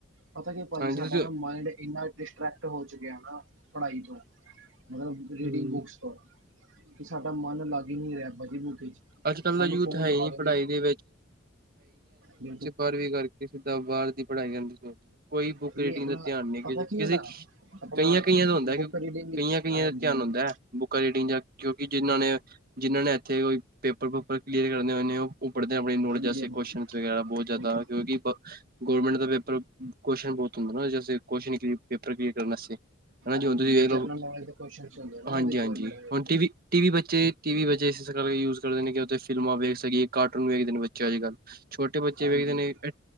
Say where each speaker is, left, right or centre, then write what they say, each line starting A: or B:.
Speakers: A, on the right (about 70°); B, on the right (about 50°).
A: ਪਤਾ ਕਿ ਭਾਜੀ
B: ਹਾਂਜੀ
A: ਸਾਡਾ
B: ਤੁਸੀਂ
A: ਨਾ ਮਾਇੰਡ ਇੰਨਾ ਡਿਸਟਰੈਕਟ ਹੋ ਚੁੱਕਿਆ ਨਾ ਪੜ੍ਹਾਈ ਤੋਂ, ਮਤਲਬ ਰੀਡਿੰਗ
B: ਹੂੰ
A: ਬੁੱਕਸ ਤੋਂ। ਕਿ ਸਾਡਾ ਮਨ ਲੱ ਕਦੀ ਨੀ ਰਿਹਾ ਭਾਜੀ ਬੂਟ ਵਿਚ,
B: ਅੱਜ ਕੱਲ੍ਹ
A: ਸਾਨੂੰ
B: ਦਾ ਯੂਥ
A: ਫੋਨ
B: ਹੈ
A: ਦਿਖਾ
B: ਹੀ ਨਹੀਂ
A: ਦੇਵੇ
B: ਪੜ੍ਹਾਈ ਦੇ
A: ਬਿਲਕੁਲ
B: ਬਾਹਰਵੀ ਕਰਕੇ ਸਿੱਧਾ ਬਾਹਰ ਦੀ ਪੜ੍ਹਾਈ ਕਰਨੀ ਸੀ, ਕੋਈ ਬੁੱਕ
A: ਬਿਲਕੁਲ
B: ਰੀਡਿੰਗ
A: ਨਹੀਂ ਆਪਣਾ
B: ਦਾ ਧਿਆਨ ਨਹੀਂ
A: ਪਤਾ
B: ਗਿਆ
A: ਕੀ
B: ਕਿਸੇ
A: ਹੈ ਨਾ ਆਪਣਾ
B: ਕਈਆਂ -ਕਈਆਂ ਦਾ ਹੁੰਦਾ
A: ਬੁੱਕ
B: ਕਿ,
A: ਰੀਡਿੰਗ ਵਿੱਚ
B: ਕਈਆਂ- ਕਈਆਂ
A: ਹਾਂਜੀ
B: ਦਾ ਧਿਆਨ
A: ਹਾਂਜੀ
B: ਹੁੰਦਾ, ਬੁੱਕਾਂ ਰੀਡਿੰਗ ਜਾਂ ਕਿਉਂਕਿ ਜਿੰਨਾਂ ਨੇ ਜਿਨ੍ਹਾਂ ਨੇ ਇੱਥੇ ਕੋਈ ਪੇਪਰ ਪੂਪਰ ਕਲੀਅਰ ਕਰਨੇ ਹੋਏ, ਉਹ ਪੜ੍ਹਦੇ ਆਪਣੀ ਨੌਲੇਜ
A: ਹਾਂਜੀ ਹਾਂਜੀ
B: ਕੁਸ਼ਨ। ਵਗੈਰਾ ਬਹੁਤ
A: ਬਿਲਕੁਲ
B: ਜ਼ਿਆਦਾ, ਕਿਉਂਕਿ ਗੌਰਮੈਂਟ ਦਾ ਪੇਪਰ ਕੁਸ਼ਚਨ ਬਹੁਤ ਹੁੰਦਾ ਨਾ ਜੈਸੇ ਕੁਸਚਨਲੀ। ਪੇਪਰ ਕਲੀਅਰ ਕਰਨਾ ਸਿੱਖ, ਹਨਾ ਜ
A: ਹਾਂਜੀ
B: ਤੁਸੀਂ
A: ਜੀ
B: ਦੇਖ
A: ਜਰਨਲ
B: ਲੋ,
A: ਨੌਲੇਜ ਦੇ ਕੁਐਸਚਨਸ ਹੁੰਦੇ ਨਾ
B: ਹਾਂਜੀ-
A: ਉਹਦੇ
B: ਹਾਂਜੀ।
A: ਗਵਰਨਮੈਂਟ ਦੇ
B: ਹੁਣ ਟੀ ਵੀ ਟੀ ਵੀ ਬੱਚੇ, ਟੀ ਵੀ ਬੱਚੇ ਇਸ ਕਰਕੇ ਯੂਜ ਕਰਦੇ ਨੇ ਕਿ ਉਥੇ ਫਿਲਮਾਂ ਵੇਖ ਸਕੀਏ, ਕਾਰਟੂਨ ਵੇਖਦੇ ਨੇ ਬੱਚੇ ਅੱਜ- ਕੱਲ। ਛੋਟੇ ਬੱਚੇ
A: ਹਾਂਜੀ
B: ਵੇਖਦੇ
A: ਹਾਂਜੀ
B: ਨੇ, ਐ